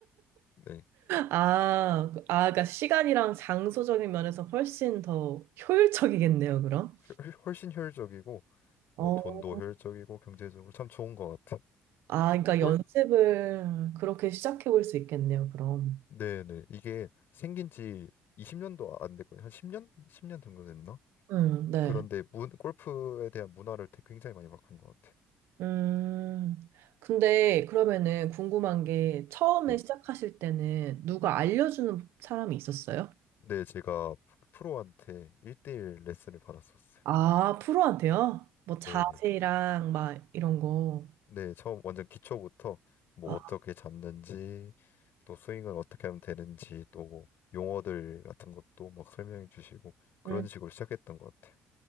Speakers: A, on the left (about 60°); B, on the right (about 80°).
A: 네
B: 아, 그- 아, 그러니까 시간이랑 장소적인 면에서 훨씬 더 효율적이겠네요, 그럼.
A: 훨- 훨씬 효율적이고
B: 어,
A: 뭐 돈도 효율적이고 경제적으로 참 좋은 것 같아.
B: 아, 그러니까
A: 꼴
B: 연습을 그렇게 시작해 볼 수 있겠네요, 그럼.
A: 네네 이게 생긴 지 20년도 안 됐거든요. 한 10년 10년 정도 됐나?
B: 음, 네.
A: 그런데 문, 골프에 대한 문화를 되- 굉장히 많이 바꾼 것 같아.
B: 음, 근데 그러면은 궁금한 게 처음에
A: 네,
B: 시작하실 때는 누가 알려주는 사람이 있었어요?
A: 네 제가 프로한테 1대1 레슨을 받았었어요.
B: 아, 프로한테요? 뭐 자세랑
A: 네네.
B: 막 이런 거.
A: 네, 처음 완전 기초부터 뭐
B: 아,
A: 어떻게 잡는지 또 스윙을 어떻게 하면 되는지 또뭐 용어들 같은 것도 막 설명해 주시고 그런
B: 음.
A: 식으로 시작했던 것 같아요.